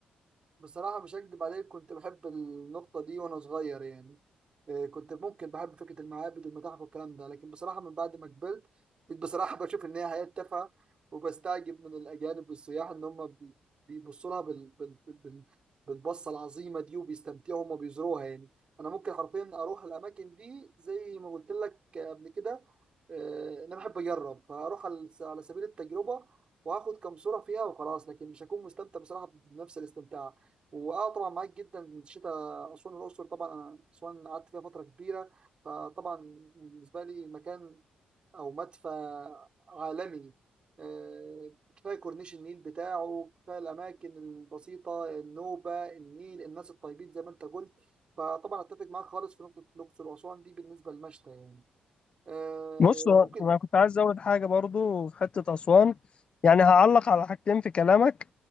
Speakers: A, on the right; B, on the left.
A: بصراحة مش هكدب عليك كنت بحب النقطة دي وأنا صغير يعني آه، كنت ممكن بحب فكرة المعابد والمتاحف والكلام ده لكن بصراحة من بعد ما كبرت بقيت بصراحة <laughs> بشوف إن هي حياة تافهة وبستعجب من الأجانب والسياح إن هم بي- بيبصوا لها بال... بال... بال... بال- بالبصة العظيمة دي وبيستمتعوا هم بيزوروها يعني أنا ممكن حرفيا أروح الأماكن دي زي ما قلت لك قبل كده آه، إن أنا بحب أجرب فأروح على على سبيل التجربة وهاخد كام صورة فيها وخلاص لكن مش هكون مستمتع بصراحة بنفس الاستمتاع واه طبعا معاك جدا الشتاء اسوان الاقصر طبعا انا اسوان قعدت فيها فتره كبيره فطبعا بالنسبه لي مكان او مدفع عالمي آه، كفايه كورنيش النيل بتاعه كفايه الاماكن البسيطه النوبه النيل الناس الطيبين زي ما انت قلت فطبعا اتفق معاك خالص في نقطه الاقصر واسوان دي بالنسبه للمشتى يعني آه،
B: بص هو
A: ممكن
B: انا كنت عايز ازود حاجه برضو في حته اسوان يعني هعلق على حاجتين في كلامك